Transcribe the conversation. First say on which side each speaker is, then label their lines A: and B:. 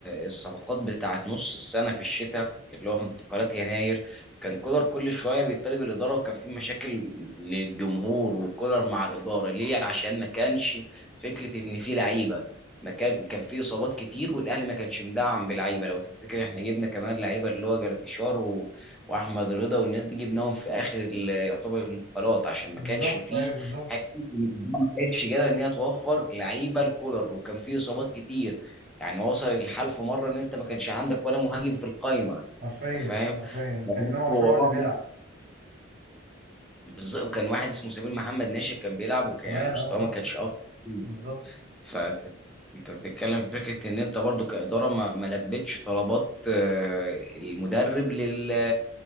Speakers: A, in the centre; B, on the right.
A: الصفقات بتاعت نص السنه في الشتاء اللي هو في انتقالات يناير كان كولر كل شويه بيطالب الاداره وكان في مشاكل للجمهور وكولر مع الاداره ليه عشان ما كانش فكره ان في لعيبه ما كان كان في اصابات كتير والاهلي ما كانش مدعم بلعيبه لو تفتكر احنا جبنا كمان لعيبه اللي هو جراتيشار واحمد رضا والناس دي جبناهم في اخر ال- يعتبر الانتقالات عشان
B: بالظبط
A: ما كانش فيه
B: أيوه بالظبط
A: حته إن الجماعة ما كانتش قادره ان هي توفر لعيبه الكولر وكان فيه اصابات كتير يعني وصل الحال في مره ان انت ما كانش عندك ولا مهاجم في القايمه
B: حرفيا
A: انت فاهم؟
B: حرفيا
A: فبرضه
B: كان إمام عاشور
A: آه،
B: هو اللي بيلعب
A: لا، بالظبط وكان واحد اسمه سمير محمد ناشئ كان بيلعب وكان
B: كمان
A: يعني مستواه
B: أه أه
A: ما كانش افضل كتير.
B: بالظبط
A: فانت انت بتتكلم في فكره ان انت برضو كاداره ما ما لبتش طلبات آه، المدرب لل